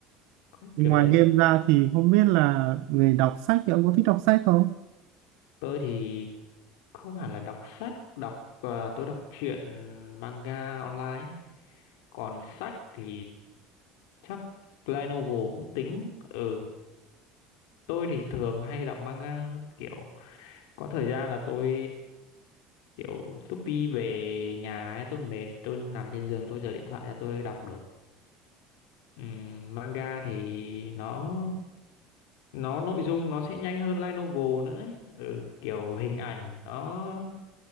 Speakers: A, on the left; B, on the right.
A: cũng
B: Ngoài
A: kiểu đấy
B: game ra thì không biết là về đọc sách thì ông có thích đọc sách không?
A: tôi thì không hẳn là đọc sách đọc à, tôi đọc truyện manga online ấy. còn sách thì chắc light novel cũng tính ừ tôi thì thường hay đọc manga hơn kiểu có thời gian là tôi kiểu lúc đi về nhà ấy, tôi mệt thì tôi nằm trên giường tôi giở điện thoại ra tôi đọc được Ừm, manga thì nó nó nội dung nó sẽ nhanh hơn light novel nữa ấy. Ừ, kiểu hình ảnh nó